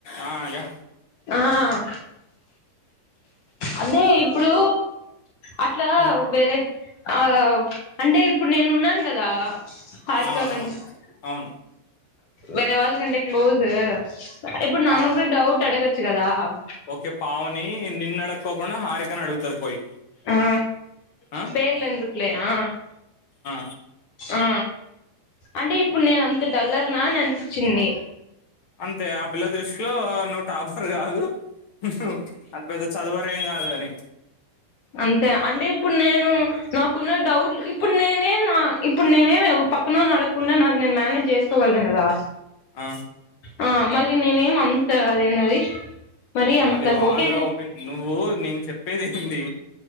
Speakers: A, on the left; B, on the left.
A: ఆహ్ యా.
B: ఆహ్. అదే ఇప్పుడు అట్లా
A: ఉమ్,
B: వేరే. ఆహ్ అంటే ఇప్పుడు నేను ఉన్నాను కదా. ఆహ్ హారిక
A: అవును
B: కన్.
A: అవును
B: వేరే వాళ్ళ కంటే క్లోస్. ఇప్పుడు నన్న
A: ఆ,
B: కూడా డౌట్ అడగో రామ్.
A: ఓకే పావని నిన్ను అడుకోకుండా హారికని అడుగుతది పోయి.
B: ఆ
A: ఆ
B: పేర్లెందుకులే ఆ
A: ఆ
B: ఆ అంటే ఇప్పుడు నేను అంత డల్లర్నా ననుపి చిన్ని
A: అంతే ఆ పిల్ల దృష్టిలో నువ్వు టాపర్ కాదు హు హు అంత పెద్ద చదువర ఏం కాదు అని
B: అంతే అంటే ఇప్పుడు నేను నాకున్న డౌట్, ఇప్పుడు నేనేం నా ఇప్పుడు నేనే పక్కన అడుగు కాకుండా నాది నేను మేనేజ్ చేసుకోగలను కదా.
A: ఆ
B: ఆ మళ్ళీ నేనేమి అంత అదేనది మరి అంత
A: అది వాళ్ళ
B: ఒకే లె
A: ఒపి నువ్వు నేను చెప్పేది ఏంటి